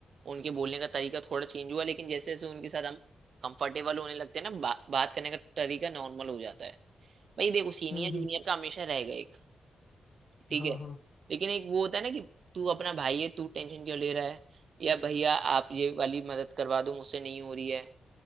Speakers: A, on the right; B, on the left.
A: उनके बोलने का तरीका थोड़ा चेंज हुआ लेकिन जैसे जैसे उनके साथ हम कंफर्टेबल होने लगते हैं ना बा, बात करने का तरीका नॉर्मल हो जाता है भाई देखो सीनियर
B: हम्म
A: जूनियर
B: हम्म
A: का हमेशा रहेगा एक ठीक
B: हाँ
A: है
B: हाँ
A: लेकिन एक वो होता है ना कि तू अपना भाई है तू टेंशन क्यों ले रहा है या भैया आप ये वाली मदद करवा दो मुझसे नहीं हो रही है